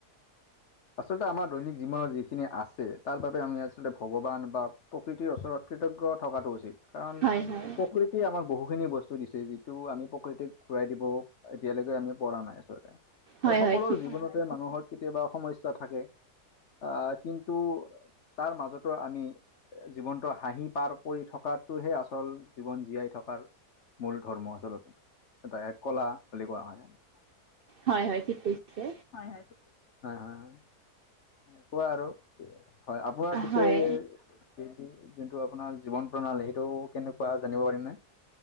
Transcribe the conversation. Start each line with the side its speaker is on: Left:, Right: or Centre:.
Left: আচলতে আমাৰ দৈনিক জীৱনত যিখিনি আছে, তাৰ বাবে আমি আচলতে ভগৱান বা <unintelligible> প্ৰকৃতিৰ ওচৰত কৃতজ্ঞ থকাটো উচিত, কাৰণ প্ৰকৃতি
Right: হয় হয়
Left: <inaudible> প্ৰকৃতিয়ে আমাক বহুখিনি বস্তু দিছে, যিটো আমি প্ৰকৃতিক ঘূৰাই দিব <unintelligible> এতিয়ালৈকে আমি পৰা নাই আচলতে
Right: হয়
Left: আৰু সকলো
Right: হয় ঠিক
Left: জীৱনতে মানুহৰ কেতিয়াবা সমস্যা <unintelligible> সমস্যা থাকে <inaudible> আহ কিন্তু তাৰ মাজতো আমি জীৱনটো হাঁহি পাৰ কৰি থকাটোহে আচল জীৱন জীয়াই থকাৰ <unintelligible> মূল ধৰ্ম আচলতে, এটা এক কলা বুলি কোৱা হয়। <unintelligible>
Right: হয়-হয়, ঠিক কৈছে।
Left: হয়-হয়। <unintelligible> হয়-হয় এনেকুৱা আৰু হয়, আপোনাৰ পিছে
Right: হয়
Left: <unintelligible> <unintelligible> যোনটো আপোনাৰ জীৱন প্ৰণালী সেইটো কেনেকুৱা জানিব পাৰিম নে?